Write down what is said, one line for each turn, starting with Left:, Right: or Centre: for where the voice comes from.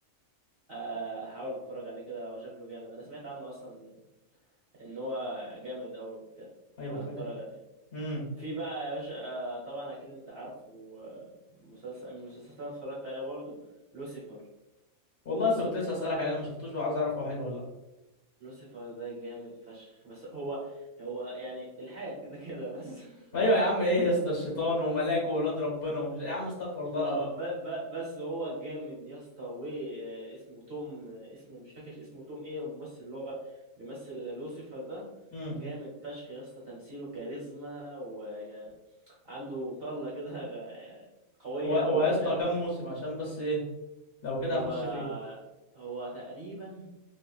Right: آه، هحاول اتفرج عليه كده هو شكله جامد انا سمعت عنه اصلا ان هو جامد قوي وبتاع
Left: ايوه
Right: فهتفرج
Left: فاجر
Right: عليه
Left: امم
Right: في بقى يا باشا آه، طبعا اكيد انت عارف مسلسل من المسلسلات اللي انا اتفرجت عليها برضو لوسيفر
Left: والله لسه كنت لسه اسالك عليه انا ما شفتوش وعايز اعرف هو حلو ولا لا
Right: لوسيفر ده جامد فشخ بس هو هو يعني الحاد كده كده بس <laughs>
Left: ايوه يا عم ايه يا اسطى الشيطان وملاك وولاد ربنا ومش يا عم استغفر الله
Right: اه
Left: العظيم
Right: ب ب بس هو جامد يا اسطى واسمه توم آه، اسمه مش فاكر اسمه توم ايه الممثل اللي هو بيمثل لوسيفر ده
Left: امم
Right: جامد فشخ يا اسطى تمثيله كاريزما وعنده طلة كده غ- آه، قوية
Left: ويا
Right: قوي فاهم
Left: اسطى كام موسم عشان بس ايه لو كده
Right: هو
Left: هخش فيه
Right: هو تقريبا